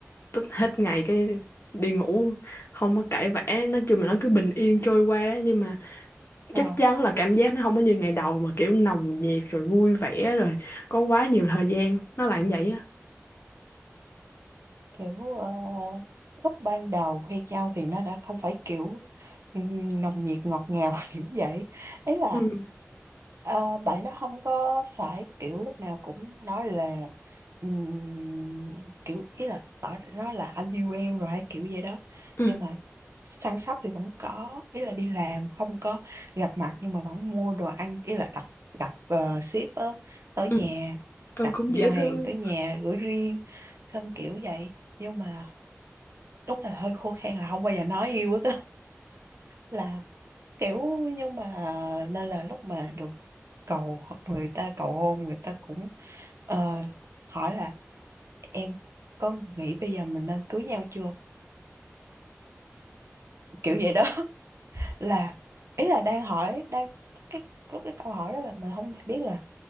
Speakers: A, on the left; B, on the right.
A: tức hết ngày cái đi ngủ không có cãi vã nói chung là nó cứ bình yên trôi qua nhưng mà
B: Ờ,
A: chắc chắn là cảm giác nó không có như ngày đầu mà kiểu nồng nhiệt rồi vui vẻ rồi có quá nhiều thời gian nó là như vậy á
B: kiểu ờ, lúc ban đầu khi giao thì nó đã không phải kiểu Ừ, nồng nhiệt ngọt ngào <laughs> kiểu vậy ấy là
A: ừ
B: ờ, bạn đó không có phải kiểu lúc nào cũng nói là ừm, kiểu ý là tỏ nó là anh yêu em rồi hay kiểu vậy đó
A: ừ
B: nhưng mà săn sóc thì vẫn có ý là đi làm không có gặp mặt nhưng mà vẫn mua đồ ăn ý là đặt đặt ờ, ship á, tới
A: ừ
B: nhà
A: ừ
B: đặt
A: cũng
B: giao
A: dễ
B: hàng
A: thương
B: tới nhà gửi riêng xong kiểu vậy nhưng mà đúng là hơi khô khan là không bao giờ nói yêu hết á là kiểu nhưng mà nên là lúc mà được cầu người ta cầu hôn người ta cũng ờ, hỏi là em có nghĩ bây giờ mình nên cưới nhau chưa kiểu vậy đó <laughs> là ý là đang hỏi đang cái lúc cái câu hỏi đó là mình không biết là